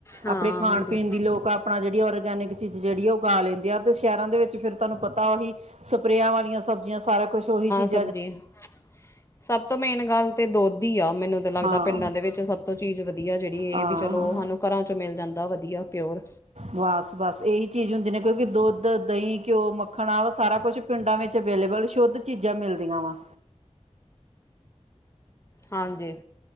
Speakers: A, on the left; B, on the right.
A: ਹਾਂ
B: ਆਪਣੇ ਖਾਣ
A: ਹੁੰਦੀ
B: ਪੀਣ ਦੀ ਲੋਕ ਆਪਣਾ ਜਿਹੜਾ ਔਰਗੈਨਿਕ ਚੀਜ਼ ਜਿਹੜੀ ਉਹ ਉਗਾ ਲੈਂਦੀ ਆ ਤੇ ਸ਼ਹਿਰਾਂ ਦੇ ਵਿੱਚ ਫਿਰ ਤੁਹਾਨੂੰ ਪਤਾ ਉਹੀ ਸਪਰੇਆਂ ਵਾਲੀਆਂ ਸਬਜ਼ੀਆਂ ਸਾਰਾ ਕੁਛ ਔਹੀ ਚੀਜ਼
A: ਸਬਜੀ, ਸਭ ਤੋਂ ਮੇਨ ਗੱਲ ਤੇ ਦੁਧ ਈ ਆ, ਮੈਨੂੰ ਲੱਗਦਾ
B: ਹਾਂ
A: ਪਿੰਡਾਂ ਦੇ ਵਿੱਚ ਸਭ ਤੋਂ ਚੀਜ਼ ਵਧੀਆ ਜਿਹੜੀ
B: ਹਾਂ
A: ਇਹ ਵੀ ਚਲੋ ਸਾਨੂੰ ਘਰਾਂ ਚੋਂ ਮਿਲ ਬੜਾ ਵਧੀਆ ਪਿਓਰ
B: ਬਸ ਬਸ ਇਹੀ ਚੀਜ਼ ਹੁੰਦੀ ਨੇ ਕਿਉਂਕਿ ਦੁੱਧ ਦਹੀਂ ਘਿਓ ਮੱਖਣ ਆ ਵਾ ਸਾਰਾ ਕੁਛ ਪਿੰਡਾਂ ਵਿੱਚ ਅਵੇਲੇਬਲ ਸ਼ੁੱਧ ਚੀਜ਼ਾਂ ਮਿਲਦੀਆਂ ਵਾ
A: ਹਾਂਜੀ